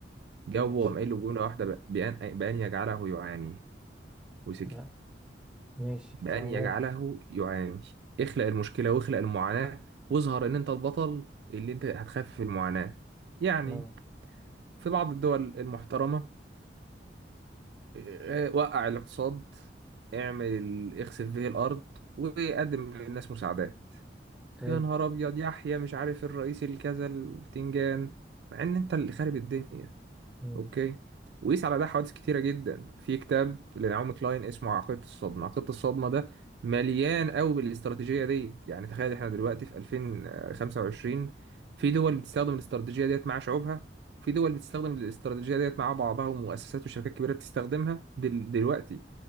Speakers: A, on the right; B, in the centre.
A: جاوب
B: ماشي
A: وقام قايل له جملة واحدة ب- بأن, بأن يجعله يعاني وسكت
B: لا ماشي
A: بأن
B: فهو
A: يجعله يعاني اخلق المشكلة واخلق المعاناة واظهر إن أنت البطل اللي أنت هتخفف المعاناة يعني
B: اه
A: في بعض الدول المحترمة آه، آه، وقع الاقتصاد اعمل اخسف به الأرض وقدم للناس مساعدات
B: حلو
A: يا نهار ابيض يحيى مش عارف الرئيس الكذا البتنجان مع ان انت اللي خارب الدنيا
B: مم.
A: اوكي وقيس على ده حوادث كتيره جدا في كتاب لنعومي كلاين اسمه عقيده الصدمه عقيده الصدمه ده مليان قوي بالاستراتيجيه دي يعني تخيل احنا دلوقتي في 2025 في دول بتستخدم الاستراتيجيه ديت مع شعوبها في دول بتستخدم الاستراتيجيه ديت مع بعضها ومؤسسات وشركات كبيره بتستخدمها دل... دلوقتي